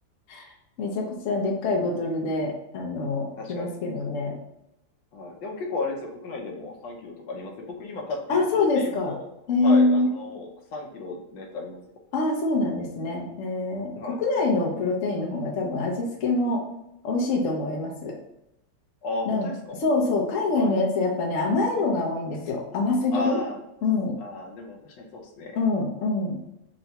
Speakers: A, on the left; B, on the left.
A: <laughs> めちゃくちゃでっかいボトルで、あの、
B: 確かに。
A: 来ますけどね。
B: はい。でも結構あれですよ。国内でも3キロとかありますね。僕今買っているプロテインも、
A: あ、そうですか。えー、
B: はい。あの、3キロのやつありますよ。
A: あ、そうなんですね。えー、
B: はい。
A: 国内のプロテインの方が多分味付けも美味しいと思います。
B: ああ、
A: なん、
B: 本当ですか
A: そうそう、海外のやつ、
B: はい。
A: やっぱね、甘いのが多いんですよ。甘すぎるうん
B: ああ、ああ、でも確かにそうですね。
A: うん。うん、